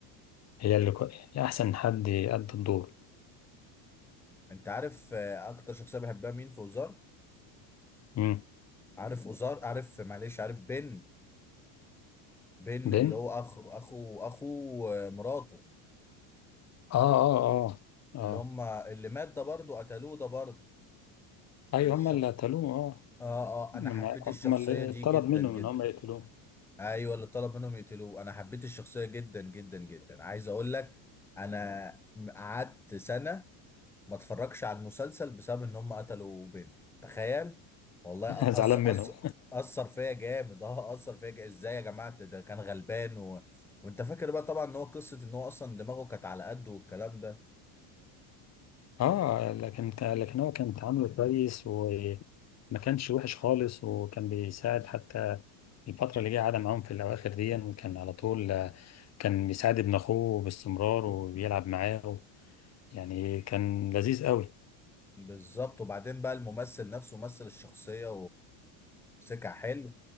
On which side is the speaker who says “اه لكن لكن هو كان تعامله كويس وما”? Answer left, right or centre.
Left